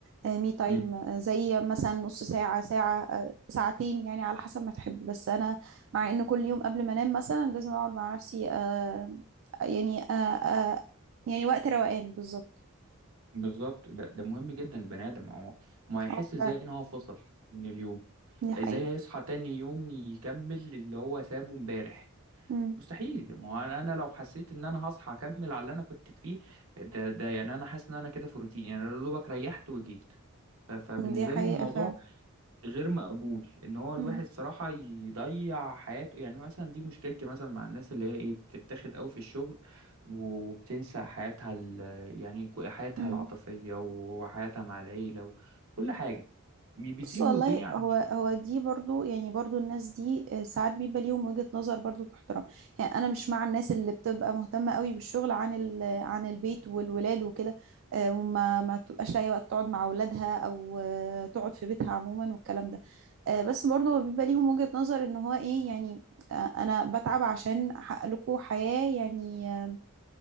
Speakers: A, on the right; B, on the right.
A: مي تايم
B: امم
A: زي مثلا نص ساعة ساعة آه، ساعتين يعني على حسب ما تحب بس انا مع ان كل يوم قبل ما انام مثلا لازم اقعد مع نفسي آه آه، يعني آه آه يعني وقت روقان بالظبط
B: بالظبط ده ده مهم جدا البني ادم هو ما هيحس
A: اه
B: ازاي
A: فعلا
B: ان هو فصل من اليوم
A: دي حقيقة
B: ازاي هيصحى تاني يوم يكمل اللي هو سابه امبارح
A: مم.
B: مستحيل ما هو انا أنا لو حسيت ان انا هصحى اكمل على اللي انا كنت فيه ده ده يعني انا حاسس ان انا كده في روتين يعني أنا يا دوبك ريحت وجيت ف- فبالنسبه
A: دي حقيقة
B: لي الموضوع
A: فعلا
B: غير مقبول ان هو الواحد
A: مم.
B: صراحه يضيع حياته يعني مثلا دي مشكلتي مثلا مع الناس اللي هي ايه بتتاخد قوي في الشغل وبتنسى حياتها ال... يعني كو- حياتها
A: مم.
B: العاطفيه وحياتها مع العيله وكل حاجه بي- بيسيبوا
A: بص والله
B: الدنيا عشان
A: هو
B: الشغل
A: هو دي برضو يعني برضو الناس دي آه، ساعات بيبقى ليهم وجهة نظر برضو تحترم يعني انا مش مع الناس اللي بتبقى مهتمة قوي بالشغل عن ال- عن البيت والولاد وكده آه، وما ما بتبقاش لاقي وقت تقعد مع اولادها او آه، تقعد في بيتها عموما والكلام ده آه، بس برضو هو بيبقى ليهم وجهة نظر ان هو ايه يعني آه، انا بتعب عشان احقق لكم حياة يعني آه،